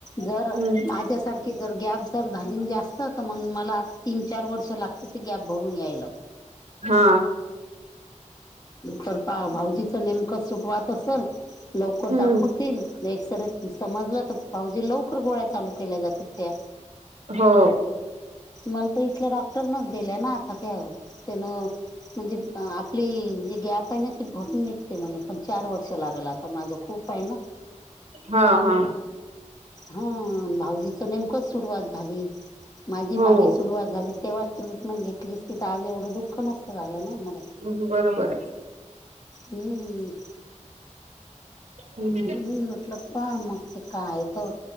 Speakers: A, on the left; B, on the right.
A: जर
B: हम्म
A: माझ्यासारख, की जर गॅप जर झाली जास्त तर मग मला तीन, चार वर्ष लागते ते गॅप भरून यायला.
B: हा
A: तर पा भाऊजीचं नेमकं सुपवात असेल, लवकर
B: हम्म
A: दाखवतील एकसर समजलं त, भाऊजी लवकर गोळ्या चालू केल्या जातात त्या.
B: हो.
A: मला तर इथल्या डॉक्टरनच दिल्या ना आता त्या त्यान म्हणजे आपली जी गॅप, काही ना की भरून निघते म्हणे पण चार वर्ष लागल आता माझं. खूप आहे ना
B: हा हा.
A: ह भाऊजीच नेमकं सुरुवात झाली माझी
B: हो
A: मागे सुरुवात झाली, तेव्हा ट्रीटमेंट घेतली अस त तर आज एवढं दुःख नसत झालं ना म,
B: ह् बरोबर आहे.
A: हम्म.
B: आहे
A: म्हणून म्हटलं पाहा मग ते काय तर